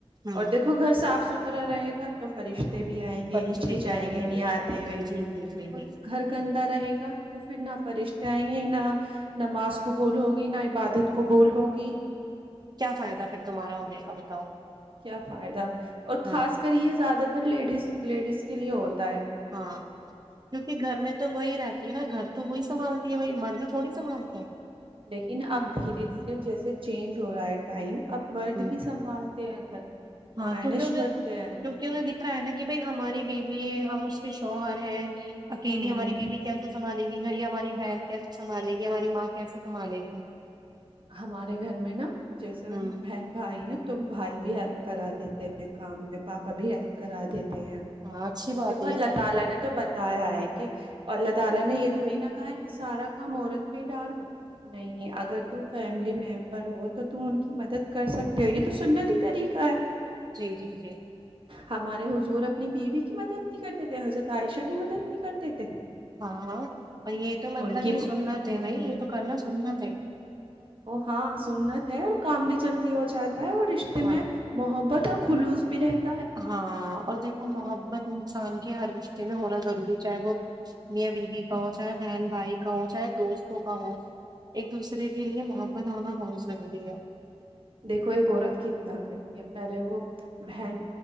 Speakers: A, on the right; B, on the right.
A: ہوں
B: اور دیکھو گھر صاف ستھرا رہے گا تو فرشتہ بھی آئیں گے
A: فرشتے
B: ہچ کچ
A: بھی
B: آئیں گے نہیں
A: بے شک
B: آتے ہوئے
A: جی جی جی
B: اور
A: جی
B: گھر گندا رہے گا تو پھر نا فرشتے آئیں گے نہ نماز کو بول ہوگی نہ عبادت کو بول ہوگی
A: کیا فائدہ پھر تمہارا ہونے کا بتاؤ
B: کیا فائدہ اور خاص
A: ہاں
B: کر یہ زیادہ تو لیڈیز لیڈز کے لیے ہوت
A: ہاں کیونکہ گھر میں تو وہی رہتی ہے نا گھر تو وہی سنبھالتی ہے بھائی مرض تھوڑی سمانت ہے
B: لیکن اب دھیرے دھیرے جیسے چینج ہو رہا ہے ٹائم اببرد
A: ہوں
B: کی سمھال تے ہیں گھر
A: ہاں
B: مینج
A: کیونکہ ان
B: کرتے
A: نے
B: ہیں
A: کیونکہ ان نے رہا ہے نا کہ بھائی ہماری بیوی ہے ہم اس کے شوہر ہیں اکیلی
B: ہوں
A: ہماری بیوی کیسے سنبھالے گی گڑی ہماری بہن کیسے سنبھالے گی ہماری ماں کیسے سنبھالے گی
B: ہمارے گھر میں نا جیسے
A: ہوں
B: بہن بھائی ہیں تو بھائی بھی ہیلپ کرا دیتے ہیں کام میں پاپا بھی ہیلپ کرا دتے
A: ہاں اچھی بات ہے
B: اللہ
A: یہ تو
B: تعالی نے تو بتایا ہے کہ تعالی نے یہ تھوڑی نہ کہا ہے کہ سارا کام عورت پہ ڈال دو نہیں اگر تم فیملی ممبر ہو تو تم ان کی مدد کر سکتے ہو یہ تو سنتی طریقہ ہے
A: جی جی جی
B: ہمارے حضور اپنی بیوی کی مدد نہیں کرتے تھے حضرت عائشہ کی مدد نہیں کرتے تھے
A: ہاں یہ تو مطلب
B: ان کی
A: یہ
B: م...
A: سننا تھے
B: ہوں
A: بھائی یہ تو کرنا سننا تھے
B: ہاں سنت ہے اور کام بھی جلدی ہو جاتا اور رشتے
A: ہاں
B: میں محبت اور خلوص بھی رہتے
A: ہاں اور دیکھو محبت انسان کہ ہر رشتے میں ہونا ضروری ہے چاہے وہ میا بیوی
B: ہ
A: بہت چاہ بہن بھائی کا ہو چاہے دوستوں کا ہو ایک دوسرے کے لیے محبت ہونا بہت ضروری ہے
B: دیکھو ایک عورت کتنا کرتی ہے پہلے وہ بہن